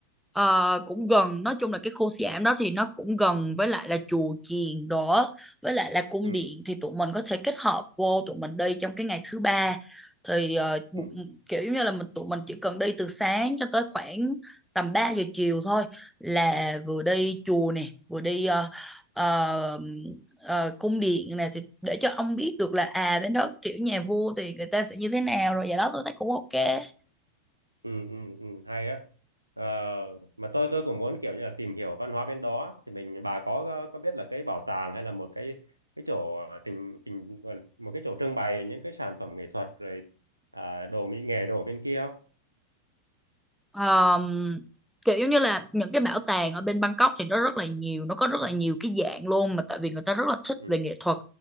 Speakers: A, in the centre; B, on the right.
A: ờ, cũng gần nói chung là cái khu Siam đó thì nó cũng gần với lại là chùa chiền đó với lại là cung
B: Ừ.
A: điện thì tụi mình có thể kết hợp vô tụi mình đi trong cái ngày thứ ba thì ờ, bu-
B: ừ
A: kiểu như là mình tụi mình chỉ cần đi từ sáng cho tới khoảng tầm 3 giờ chiều thôi là vừa đi chùa nè vừa đi uh, ờ, cung điện này thì để cho ông biết được là à bên đó kiểu nhà vua thì người ta sẽ như thế nào rồi vậy đó tôi thấy cũng ok
B: ừ ừ ừ, hay á Ờ, mà tôi tôi cũng muốn kiểu như là tìm hiểu văn hóa bên đó thì mình bà có có biết là cái bảo tàng hay là một cái cái chỗ trình trình gọi là một cái chỗ trưng bày những cái sản phẩm nghệ thuật rồi à, đồ mỹ nghệ đồ bên kia không
A: Ờm, kiểu giống như là những cái bảo tàng ở bên Bangkok thì nó rất là nhiều nó có rất là nhiều cái dạng luôn mà tại vì người ta rất là thích
B: ừ
A: về nghệ thuật